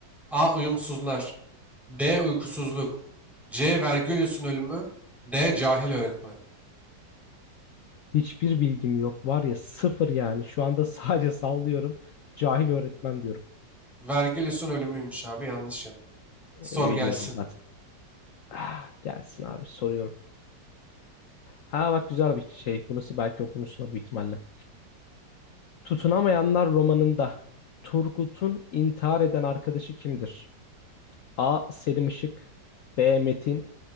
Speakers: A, in the centre; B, on the left (about 75°).
A: A. Uyumsuzlar. B. Uykusuzluk. C. Vergilius'un ölümü. D. Cahil öğretmen.
B: Hiçbir bilgim yok. Var ya sıfır yani. Şu anda <laughs> sadece sallıyorum. Cahil öğretmen diyorum.
A: Vergilius'un ölümüymüş abi. Yanlış yap. Sor
B: İyi
A: gelsin.
B: bilmiyordum zaten. Ah, gelsin abi soruyorum. Ha bak güzel bir şey. Bunu belki okumuşsunuz bir ihtimalle. Tutunamayanlar romanında Turgut'un intihar eden arkadaşı kimdir? A. Selim Işık B. Metin